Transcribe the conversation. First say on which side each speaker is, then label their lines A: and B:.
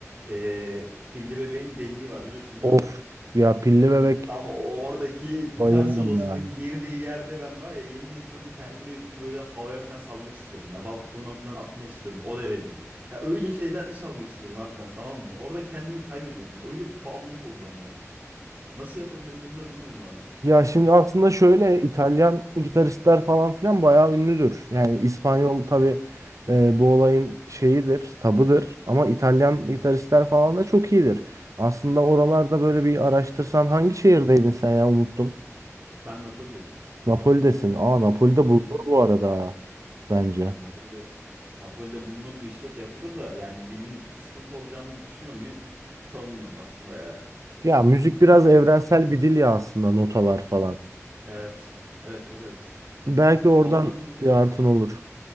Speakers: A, on the right; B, on the right.
A: eee, Pilli Bebeğin deliliği var biliyorsun değil
B: Of.
A: mi?
B: Ya pilli bebek
A: Tam o- oradaki gitar
B: bayılırım
A: solosunun
B: ya.
A: girdiği yerde ben var ya yemin ediyorum kendimi böyle havaya falan salmak istiyorum ya. Balkondan falan atmak istiyorum o derece. Ya öyle şeyler çalmak istiyorum abi ben tamam mı? Orada kendimi kaybediyorum. Öyle bağımlılık oldu bende artık. Nasıl yapabilirim bunu da bilmiyorum harbiden.
B: Ya şimdi aslında şöyle İtalyan gitaristler falan filan bayağı ünlüdür. Yani İspanyol tabii e, bu olayın şeyidir, tabıdır ama İtalyan
A: Hı hı.
B: gitaristler falan da çok iyidir. Aslında oralarda böyle bir araştırsan hangi şehirdeydin sen ya unuttum.
A: Ben Napoli'deydim.
B: Napoli'desin. Aa Napoli'de
A: Hı
B: bulunur
A: hı.
B: bu arada bence.
A: Napoli, Napoli'de bulunurdu işte şey yapılır da yani dilin sıkıntı olacağını düşünüyor muyum? Sanmıyorum aslında ya.
B: Ya müzik biraz evrensel bir dil ya aslında notalar falan.
A: Evet. Evet çok haklısın.
B: Belki oradan
A: Ondan önce
B: bir artın olur.